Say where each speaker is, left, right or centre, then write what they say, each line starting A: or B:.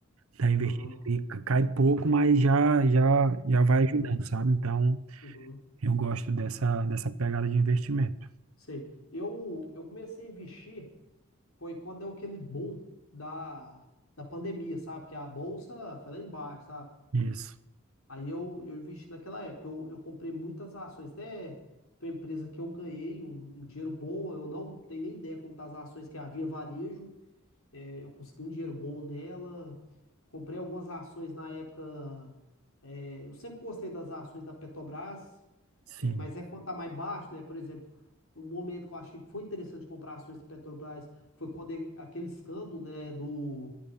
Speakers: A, on the right; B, on the left.
A: tá investindo
B: aham,
A: ali, C- cai pouco, mas já já já vai
B: aham,
A: ajudando, sabe? Então,
B: uhum,
A: eu gosto dessa dessa pegada de investimento.
B: sei. Eu, eu comecei a investir. foi quando deu aquele boom da, da pandemia, sabe? Que a bolsa foi lá embaixo, sabe?
A: Isso.
B: Aí eu, eu investi naquela época, eu, eu comprei muitas ações, até tem uma empresa que eu ganhei um, um dinheiro bom, eu não tenho nem ideia como tá as ações, que é a Via Varejo, é, eu consegui um dinheiro bom nela. Comprei algumas ações na época. é, eu sempre gostei das ações da Petrobras,
A: Sim.
B: é, mas é quando tá mais baixo, né? Por exemplo, o momento que eu achei que foi interessante comprar ações da Petrobras foi quando ele- aquele escândalo, né, do